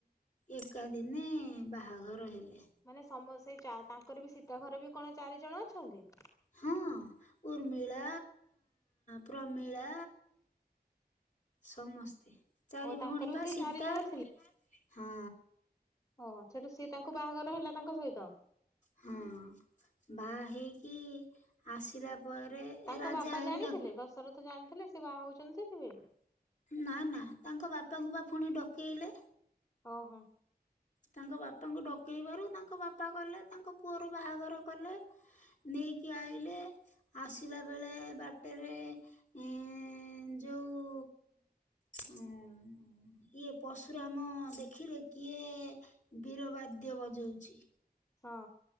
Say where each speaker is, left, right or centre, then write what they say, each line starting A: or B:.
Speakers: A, on the left; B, on the left.
A: ଏକାଦିନେ ବାହାଘର ହେଲେ।
B: ମାନେ ସମ ସେଇ ଚା ତାଙ୍କରବି ସୀତା ଘରେବି କଣ ଚାରିଜଣ ଅଛନ୍ତି?
A: ହଁ ଉର୍ମିଳା ପ୍ରମିଳା ସମସ୍ତେ ଚାରି
B: ଓ ତାଙ୍କର
A: ଭଉଣୀବା
B: ବି ସେଇ
A: ସୀତା
B: ଚାରି ଜଣ
A: ହଁ।
B: ହଁ ସେଠୁ ସିଏତାଙ୍କୁ ବାହାଘର ହେଲା ତାଙ୍କ ସହିତ?
A: ହଁ ବାହାହେଇକି ଆସିଲା ପରେ
B: ତାଙ୍କ
A: ରାଜା
B: ବାପା
A: ହେରିକା
B: ଜାଣିଥିଲେ ଦଶରଥ ଜାଣିଥିଲେ ସେ ବାହା ହଉଛନ୍ତି ସେଠି ବୋଲି?
A: ନା ନା ତାଙ୍କ ବାପାଙ୍କୁବା ଫୁଣି ଡକେଇଲେ।
B: ଓହୋ।
A: ତାଙ୍କ ବାପାଙ୍କୁ ଡକେଇବାରୁ ତାଙ୍କ ବାପା ଗଲେ ତାଙ୍କ ପୁଅର ବାହାଘର କଲେ। ନେଇକି ଆଇିଲେ ଆସିଲା ବେଳେ ବାଟରେ ଏଁ ଯୋଉ ଉଁ ହୁଁ ଇଏ ପର୍ଶୁରାମ ଦେଖିଲେ କିଏ ବୀର ବାଦ୍ୟ ବଜଉଛି।
B: ହଁ।